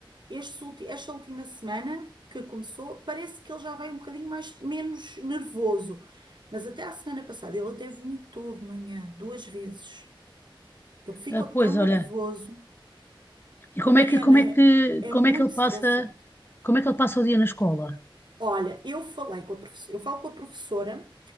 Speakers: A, on the right; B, on the left.
A: Este ulti- esta última semana que começou, parece que ele já vai um bocadinho mais, menos nervoso. Mas até à semana passada ele até vomitou de manhã, duas vezes. Ele ficou
B: Ah, pois,
A: tão nervoso.
B: olha. E
A: A
B: como
A: Mariana
B: é que, como é que,
A: é
B: como
A: muito
B: é que ele
A: estressante.
B: passa, como é que ele passa o dia na escola?
A: Olha, eu falei com a professora, eu falo com a professora.